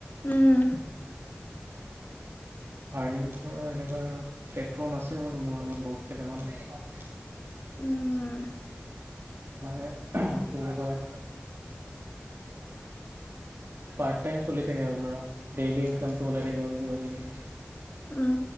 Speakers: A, on the left; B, on the right.
A: উম।
B: আৰ্নিিং কৰা এনেকুৱা প্লেটফৰ্ম আছে বাৰু মোৰ লগত বহুত কেইটামান।
A: উম।
B: মানে কি বুলি কয়। পাৰট টাই চলি থাকে আৰু ধৰা ডেইলি ইনকামটো লাই থাকে কিবা কিবি।
A: উম